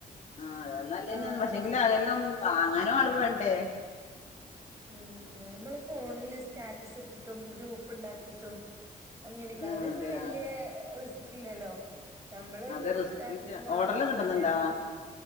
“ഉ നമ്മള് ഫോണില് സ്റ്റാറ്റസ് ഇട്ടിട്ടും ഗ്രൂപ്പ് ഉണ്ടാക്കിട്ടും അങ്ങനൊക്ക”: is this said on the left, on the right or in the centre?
Right